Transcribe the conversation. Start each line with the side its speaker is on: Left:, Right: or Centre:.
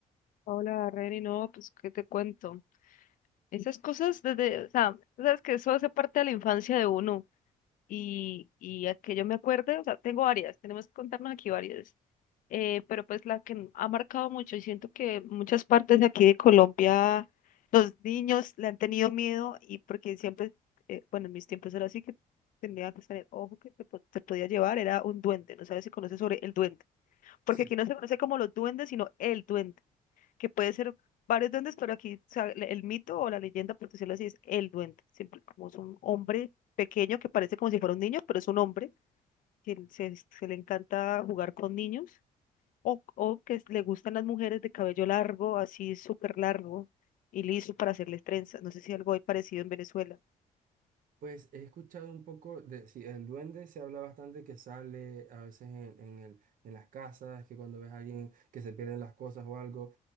Left: Hola, Reni, no, pues, ¿qué te cuento? Esas cosas desde, o sea, tú sabes que eso hace parte de la infancia de uno y, y a que yo me acuerde, o sea, tengo varias, tenemos que contarnos aquí varias, eh, pero pues la que ha marcado mucho y siento que en muchas partes de aquí de Colombia los niños le han tenido miedo y porque siempre, eh, bueno, en mis tiempos era así que tenía que tener ojo que te, po- te podía llevar, era un duende, no sabes si conoces sobre el duende, porque
Right: Sí,
Left: aquí no se conoce como los duendes, sino el duende que puede ser varios duendes, pero aquí o sea, le- el mito o la leyenda, por decirlo así, es el duende. Siempre como es un hombre pequeño que parece como si fuera un niño, pero es un hombre que se, se le encanta jugar con niños o, o que le gustan las mujeres de cabello largo, así súper largo y liso para hacerles trenzas. No sé si algo hay parecido en Venezuela.
Right: pues he escuchado un poco de, sí, el duende se habla bastante que sale a veces en, en el, en las casas, que cuando ves a alguien que se pierden las cosas o algo.